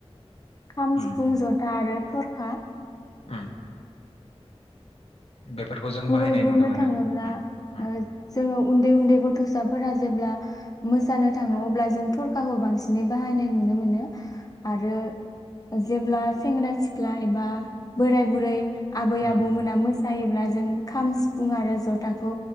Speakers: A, on the left (about 35°); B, on the left (about 65°).
A: खाम,
B: उम
A: सिफुं, जथा आरो थरखा
B: उम बेफोरखौ जों
A: गुबै
B: बाहायनाय
A: बुंनो
B: नुनो मोनो।
A: थाङोब्ला
B: उम उम
A: ओ जोङो उन्दै उन्दै गथसाफोरा जेब्ला मोसानो थाङो अब्ला जों थरखाखौ बांसिनै बाहायनाय नुनो मोनो। आरो जेब्ला सेंग्रा सिख्ला एबा बोराय बुरै आबै
B: उम उम
A: आबौमोना मो सायोब्ला जों खाम, सिफुं आरो जथाखौ